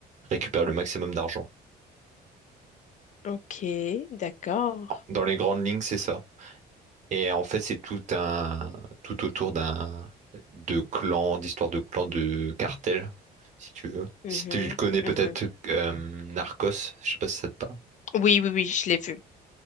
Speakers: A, on the right; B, on the left.
A: récupérer le maximum d'argent.
B: Ok, d'accord.
A: Dans les grandes lignes, c'est ça. Et en fait, c'est tout un tout autour d'un de clans, d'histoires de clans, de cartels, si tu veux.
B: Mhm,
A: Si tu connais peut-être
B: mhm.
A: euh, Narcos, je sais pas si ça te parle.
B: Oui, oui, oui, je l'ai vue.